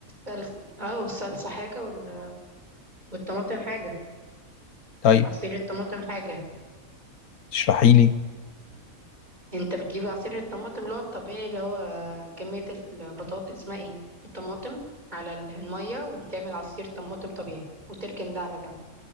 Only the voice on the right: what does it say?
الصلصة اه الصلصة حاجة وال... والطماطم حاجة
عصير الطماطم حاجة
انت بتجيب عصير الطماطم اللي هو الطبيعي اللي هو كمية البطاطس اسمها ايه الطماطم على ال- المية وتعمل عصير طماطم طبيعي وتركن ده على جنب